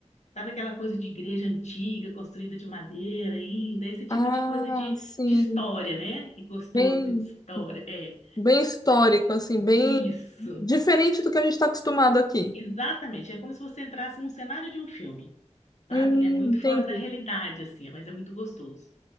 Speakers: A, on the left; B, on the left.
A: Sabe aquela coisa de igreja antiga, construída de madeira ainda, esse tipo
B: Ah,
A: de coisa de,
B: sim.
A: de história, né? Que gostoso,
B: Bem,
A: assim, de história. É,
B: bem histórico, assim, bem
A: isso,
B: diferente do que a gente está acostumado aqui.
A: exatamente. É como se você entrasse num cenário de um filme, sabe?
B: Hum,
A: É muito
B: entendi.
A: fora da realidade, assim, mas é muito gostoso.